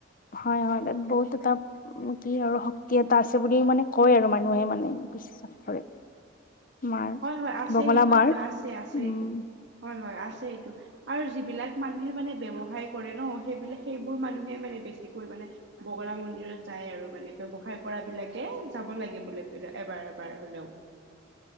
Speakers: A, on the left; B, on the right.
A: হয় হয় তাত বহুত এটা কি আৰু শক্তি এটা আছে বুলি মানে কয় আৰু মানুহে মানে বিশ্বাস কৰে। মাৰ
B: হয় হয় আছে
A: বগলা
B: সেইটো
A: মাৰ
B: সেইটো আছে আছে
A: উম
B: সটো হয় হয় আছে। সটো আৰু যিবিলাক মানুহে মানে ব্যৱসায় কৰে ন আৰু আৰু যিবিলাক সেইবোৰ মানুহে মানে বেছিকৈ মানে বগলা মন্দিৰত যায় আৰু মানে ব্যৱসায় কৰা বিলাকে যাব লাগে বুলি এবাৰ এবাৰ হলেও।